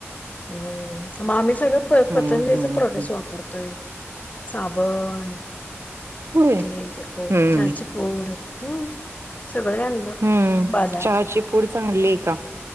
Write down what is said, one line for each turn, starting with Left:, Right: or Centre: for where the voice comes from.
Left: मग आम्ही सगळं प
Right: हम्म
Left: पतंजलीच
Right: हम्म
Left: प्रोडक्ट वापरतोय साबण
Right: होय
Left: ते ते
Right: हम्म
Left: चचे पोड हम् सगळं आणलं
Right: हम्म
Left: बाजार
Right: चहाची पूड चांगली आहे का